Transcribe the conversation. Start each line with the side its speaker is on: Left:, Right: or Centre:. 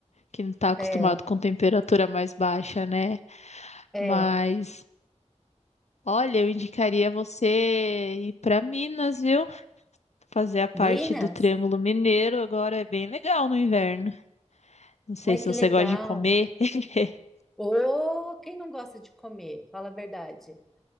Left: que não tá acostumado
Centre: É,
Left: com temperatura mais baixa, né?
Centre: é.
Left: Mas, olha, eu indicaria você ir pra Minas, viu? fazer a parte
Centre: Minas?
Left: do Triângulo Mineiro agora é bem legal no inverno. Não sei
Centre: Ai,
Left: se
Centre: que
Left: você
Centre: legal.
Left: gosta de comer. <laughs>
Centre: Ô, quem não gosta de comer? Fala a verdade.